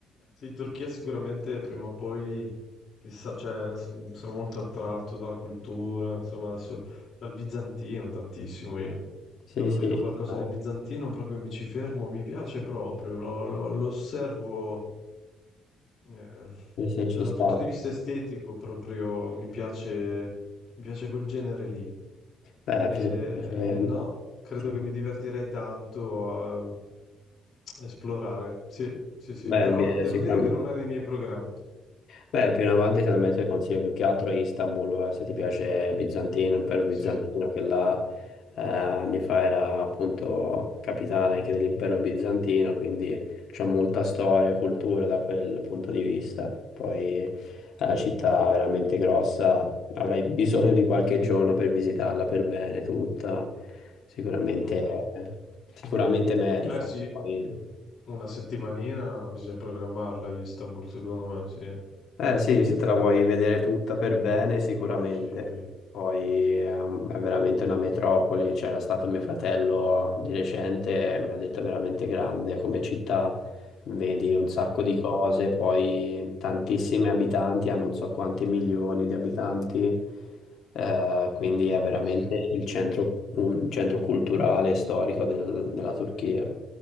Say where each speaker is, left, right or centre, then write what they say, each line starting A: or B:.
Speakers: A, on the left; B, on the left.
A: sì, Turchia sicuramente prima o poi, chissà, cioè, son- sono molto attratto dalla cultura, insomma, adesso, dal bizantino tantissimo io.
B: Sì,
A: Quando
B: sì,
A: vedo qualcosa
B: ci sta.
A: di bizantino proprio mi ci fermo, mi piace proprio, lo, lo- lo osservo, eh,
B: Sì, sì,
A: cioè
B: ci
A: da
B: sta.
A: un punto di vista estetico proprio mi piace, mi piace quel genere lì.
B: Beh,
A: E,
B: bisogna- eh,
A: no, credo
B: sì.
A: che mi divertirei tanto a a esplorare. Sì, sì, sì,
B: Beh,
A: però
B: beh,
A: devo
B: sicuramente.
A: dire che non è nei miei programmi.
B: Beh, più in avanti secondo me ti consiglio più che altro Istanbul, eh, se ti piace Bizantino, impero bizantino,
A: Sì.
B: che là eh, anni fa era appunto capitale anche dell'impero bizantino, quindi c'è molta storia, cultura da quel punto di vista. Poi è una città veramente grossa, avrai bisogno di qualche giorno per visitarla per bene tutta, sicuramente,
A: Mhm.
B: sicuramente merita.
A: Eh sì,
B: Poi...
A: una settimanina bisogna programmarla a Istanbul, secondo me, sì.
B: Eh sì, se te la vuoi vedere tutta per bene, sicuramente.
A: Sì.
B: Poi ehm, è veramente una metropoli. C'era stato mio fratello di recente e mi ha detto è veramente grande come città. Vedi un sacco
A: Mhm.
B: di cose, poi tantissimi abitanti, ha non so quanti milioni di abitanti, eh, quindi è veramente
A: Sì.
B: il centro, un centro culturale e storico del- della Turchia.